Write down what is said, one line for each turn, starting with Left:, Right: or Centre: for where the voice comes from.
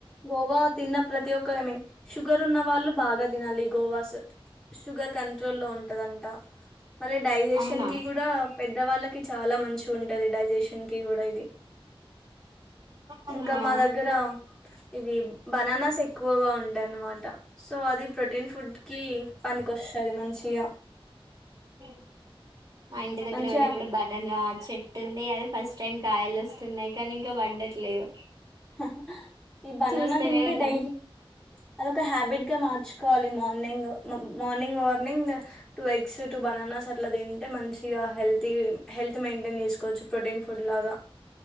Centre: గోవా తిన్న ప్రతి ఒక్కరు ఐ మీన్ షుగర్ ఉన్న వాళ్ళు బాగా తినాలి గోవాస్ షుగర్ కంట్రోల్ లో ఉంటదంట మళ్లీ డైజెషన్
Right: అవునా
Centre: కి కూడా పెద్ద వాళ్ళకి చాలా మంచి ఉంటది డైజెషన్ కి కూడా ఇది
Right: ఆ
Centre: ఇంకా మా దగ్గర ఇవి బనానా బననాస్ ఎక్కువగా ఉంటాయి అన్మాట సో అది ప్రొటీన్ ఫుడ్కి పనికొస్ ఉంటది మంచిగా
Right: బెం మా ఇంటి దగ్గర
Centre: మంచిగా
Right: కూడ ఇప్పుడు బననా చెట్టుంది అది ఫస్ట్ టైం కాయలు వస్తున్నాయి కానీ ఇంకా పండట్లేదు
Centre: అహ్ హా ఈ బనానా
Right: చూస్తూనే
Centre: తింటే
Right: ఉన్నాం
Centre: డైలీ అదొక హ్యాబిట్ గా మార్చు కాలిమామ్ ర్నింగ్ morning walk morning two eggs two bananas అట్లా తింటే మంచిగా హెల్తీ హెల్త్ మెయింటైన్ చేసుకోవచ్చు ప్రొటీన్ ఫుడ్ లాగా